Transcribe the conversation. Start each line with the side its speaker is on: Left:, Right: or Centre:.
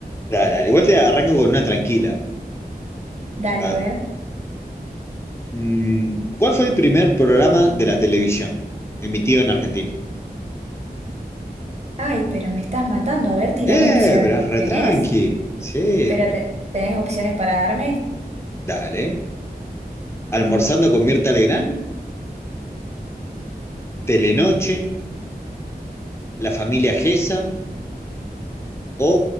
Left: Dale, dale, igual te arranco con una tranquila.
Right: Dale,
Left: A-
Right: a ver.
Left: Mm, ¿Cuál fue el primer programa de la televisión emitido en Argentina?
Right: Ay, pero me estás matando. A ver, tirame
Left: Eh,
Right: opciones.
Left: pero es re
Right: ¿Tenés?
Left: tranqui. Sí,
Right: ¿Pero te- tenés opciones para darme?
Left: dale. ¿Almorzando con Mirta Legrand? ¿Telenoche? ¿La familia Gesa? ¿O